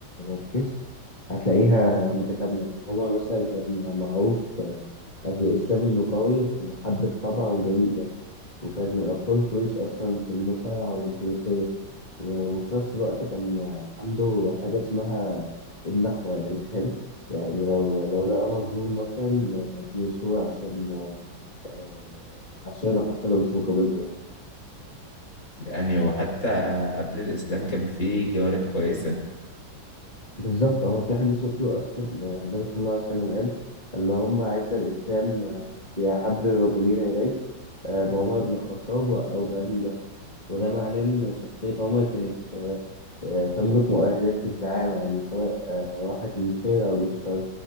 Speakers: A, on the left; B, on the left.
A: لو ركزت هتلاقيها متكاملة يعني عمر مثلا كان معروف آه، قبل الإسلام إنه قوي وحد الطبع وجريء يعني وكان من أبطال قريش أصلا في المصارعة والفروسية و- وفي نفس الوقت كان آه، عنده حاجة اسمها النخوة يعني فاهم يعني لو لو لقى مظلوم مثلا آه، بيصور عشان آه، عشانه حتى لو مش مقابلته يعني
B: يعني وحتى قبل الاسلام كان فيه جوانب كويسة
A: بالظبط هو في حديث مشهور اصلا آه، النبي صلى الله عليه وسلم قال اللهم اعز الاسلام آه، باحب رجلين اليك آه، بعمر بن الخطاب و- او بابي جهل وده معناه ان شخصيه عمر كانت آه، آه، تملك مؤهلات الزعامه يعني سواء آه، راحت للخير او للشر